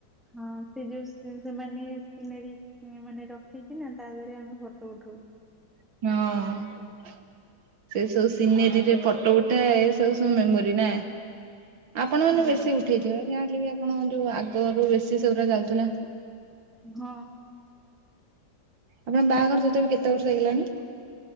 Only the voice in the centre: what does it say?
ହଁ ସେ ଯୋଉ ସେମାନେ ସିନାରୀ ମାନେ ରଖିକି ନା ତା ଦେହରେ ଆମେ ଫଟୋ ଉଠାଉ।
ହଁ
ହଁ।